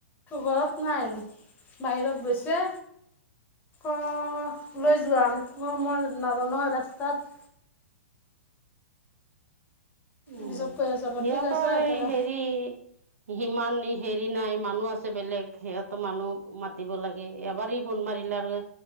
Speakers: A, on the left; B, on the right.
A: ঘৰত নাই। বাহিৰত গৈছে। অ লৈ যোৱা কো মই নাজ নহয় ৰাস্তাত
B: <inaudible> উ
A: পিছত কৈ আছে হ'ব
B: সিহঁতৰ
A: ঠিক আছে
B: এই
A: তেনে
B: হেৰি সিমান হেৰি নাই মানুহ আছে বেলেগ সিহঁতৰ মানুহ মাতিব লাগে এবাৰেই ফোন মাৰি আৰু